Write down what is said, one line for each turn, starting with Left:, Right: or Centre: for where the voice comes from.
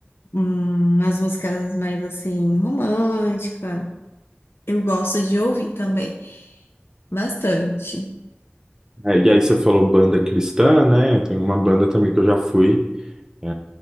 Left: hum, as músicas mais assim romântica, eu gosto de ouvir também, bastante.
Right: É, e aí você falou banda cristã, né? Tem uma banda também que eu já fui é,